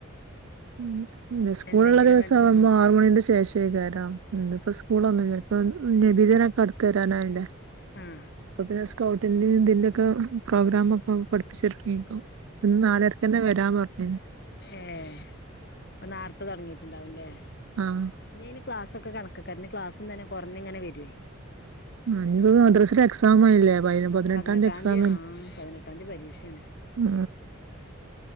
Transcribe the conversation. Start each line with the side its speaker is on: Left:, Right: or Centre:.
Right: ഉ പിെ സ്കൂള
Left: എന്തെങ്കിലും
Right: ഉുള്ള ദിവസം
Left: വല്ല
Right: ആവുമ്പോ
Left: ആഹ്
Right: ആറുമണിന്റെ ശേഷം ശകരം ഇപ്പ സ്കൂളൊന്നും ചിലപ്പോ നബിതനൊക്കെ അടുത്ത് തരാനായില്ലേ
Left: ആഹ
Right: അപ്പൊ പിന്നെ സ്കൗട്ടി ഇതിന്റെയൊക്കെ പ്രോഗ്രാമ ഒക്കെ പഠിപ്പിച്ചിരിക്കും ഒന്ന് നാലരക്ക് തന്നെ വരാൻ പറഞ്ഞന്
Left: ഏർ അപ്പൊ നോർത്ത് തുടങ്ങിട്ടുണ്ടാവുംല്ലേ
Right: ആഹ്
Left: ഇനി ഇന് ക്ലാസ്സൊക്കെ കണക്കാര ക്ലാസ തന്നെ കുറഞങ്ങനെ വവേ
Right: ആനിയിപ്പോ മദ്രസൽ എക്സാം ആയില്ലേ പതിനെട്ടാംതി
Left: പതിനെട്ടാം
Right: എക്സാം
Left: തീയതി ആ പതിനെട്ടാം തീയതി പരീക്ഷയാണ്
Right: ആഹ